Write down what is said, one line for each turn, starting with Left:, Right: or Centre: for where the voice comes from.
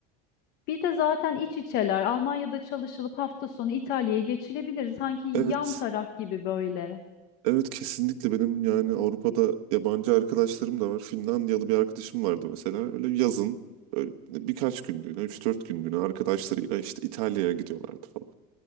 Left: Bir de zaten iç içeler. Almanya'da çalışılıp hafta sonu İtalya'ya geçilebilir. Sanki yan
Right: Evet,
Left: taraf gibi böyle.
Right: evet kesinlikle benim yani Avrupa'da yabancı arkadaşlarım da var. Finlandiyalı bir arkadaşım vardı mesela. Öyle yazın böyle birkaç günlüğüne, üç dört günlüğüne arkadaşlarıyla işte İtalya'ya gidiyorlardı falan.